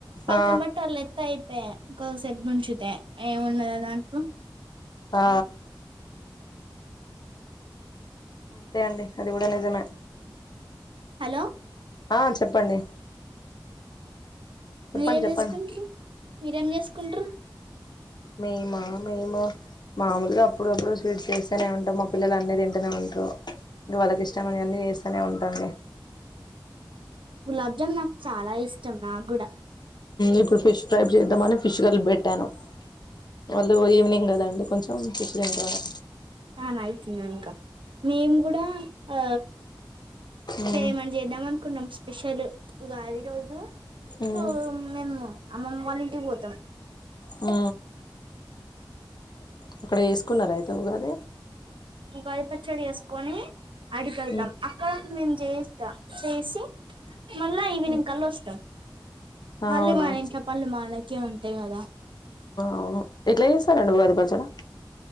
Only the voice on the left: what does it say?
ఆ
ఆ అంతే అండి అది కూడా నిజమే
ఆ చెప్పండి చెప్పండి
చెప్పండి
మేమా మేము మామలుగా అప్పుడప్పుడు స్వీట్స్ చేస్తేనే ఉంటాం మా పిల్లలు అన్నీ తింటూనే ఉంటారు ఇంకా వాళ్ళకి ఇష్టం అని అన్నీ చేస్తూనే ఉంటాండి
ఇప్పుడు ఫిష్ వేడి చేద్దామని ఫిష్ కర్రీ పెట్టాను వాళ్ళు ఈవినింగ్ కదండి కొంచెం ప్రసిడెట్లోనే
మ్మ్
మ్మ్
ఆ అక్కడ వేసుకున్నార ఉగాది
మ్మ్
మ్మ్
అవునా
అవును ఎట్లా చేస్తారండి ఉగాది పచ్చడి